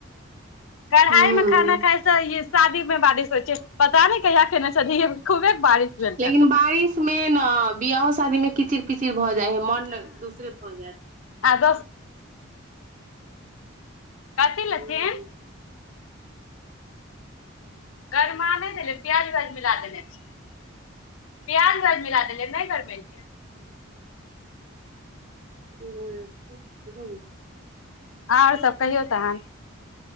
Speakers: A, on the left; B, on the right.
A: कढ़ाई
B: हूँ
A: में खाना खाय से शादी मे बरिश होइ छै पता ने कहिया खेना छलै खू बेक बारिश भेल
B: लेकिन
A: छलै
B: बारिश मे ने बियाह शादी मे कीचिर पिचिर भऽ जाय है मन दूसरे भऽ जायत
A: आदो कथि
B: हूँ
A: लेथिन गरमा नहि दैलिये प्याज उयाज मिला देने छियै प्याज उयाज मिला देेले नहि करबेलियै
B: ह <inaudible> ओ हो जा छै <unintelligible>
A: और सब कहियौ तहन